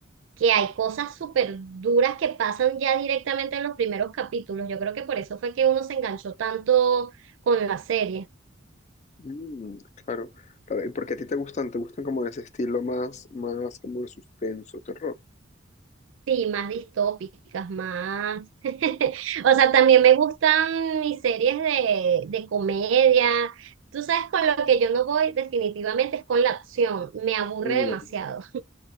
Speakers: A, on the right; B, on the left.
A: que hay cosas súper duras que pasan ya directamente en los primeros capítulos. Yo creo que por eso fue que uno se enganchó tanto con la serie.
B: Mm, claro, claro. ¿Y porque a ti te gustan? ¿Te gustan como de ese estilo más, más como de suspenso, terror?
A: Sí, más distópicas, más. <laughs> O sea, también me gustan mis series de, de comedia. Tú sabes, con lo que yo no voy definitivamente es con la acción. Me aburre
B: Mm.
A: demasiado.